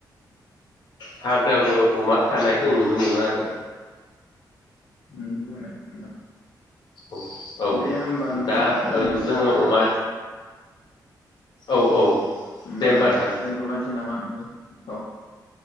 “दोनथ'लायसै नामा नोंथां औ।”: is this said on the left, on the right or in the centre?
Left